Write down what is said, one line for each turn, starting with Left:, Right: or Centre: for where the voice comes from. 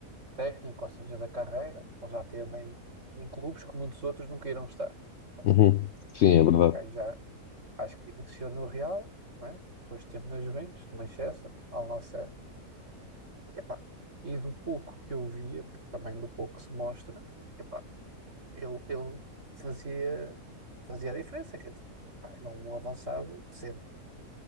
Right: técnico, ou seja, da carreira, ele já esteve em, em clubes que muitos outros nunca irão estar. não é?
Left: Uhum.
Right: O
Left: Sim, é verdade.
Right: gajo já, acho que iniciou no Real, não é? Depois esteve na Juventus, no Manchester, ao Al Nassr. Epá, e do pouco que eu via, porque também do pouco que se mostra, epá, ele, ele fazia, fazia a diferença. Quer dizer, pá, era um avançado decente.